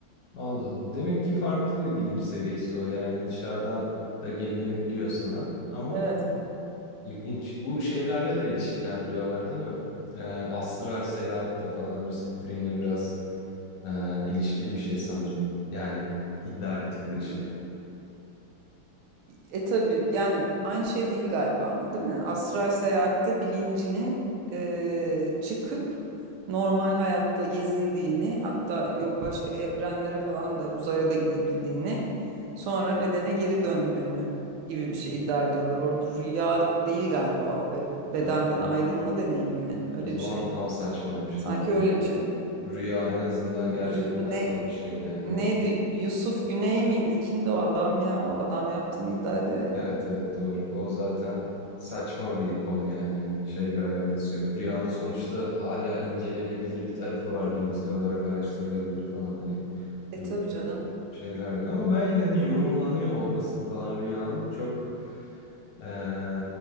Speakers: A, on the left; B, on the right.
A: Allah Allah. Demek ki farklı bir bilinç seviyesi o. Yani dışarıdan da gelinebiliyor sana ama
B: Evet.
A: ilginç. Bu şeylerle de ilişkilendiriyorlar değil mi? Ee, astral seyahatle falan lucid dream'le biraz e, ilişkili bir şey sanırım. Yani iddia ettikleri şey.
B: E, e tabii yani aynı şey değil galiba ama değil mi? Astral seyahatte bilincinin e, çıkıp normal hayatta gezindiğini hatta yok başka evrenlere falan da uzaya da gidebildiğini sonra bedene geri döndüğünü gibi bir şey iddia ediyorlar. Orada rüya değil galiba o be- bedenden
A: Yani o
B: ayrılma
A: zaman,
B: deneyimi mi? Öyle
A: o zaman
B: bir şey.
A: tam saçmaymış.
B: Sanki
A: Tamam.
B: öyle bir şeydi.
A: Rüya en azından
B: Yu-
A: gerçekten
B: ne
A: olan bir şey yani.
B: Neydi?
A: O-
B: Yusuf Güney miydi? Kimdi o adam ya? O adam yaptığını iddia ediyor ya.
A: Evet evet doğru. O zaten saçma bir konu yani hani şeyle alakası yok. Rüyanın sonuçta hala incelenebilir bir tarafı var bilimsel olarak araştırılabilir falan hani
B: E
A: öbür
B: tabii canım.
A: şeyler yok. Ama ben yine de yorumlanıyor olmasını falan rüyanın çok eee,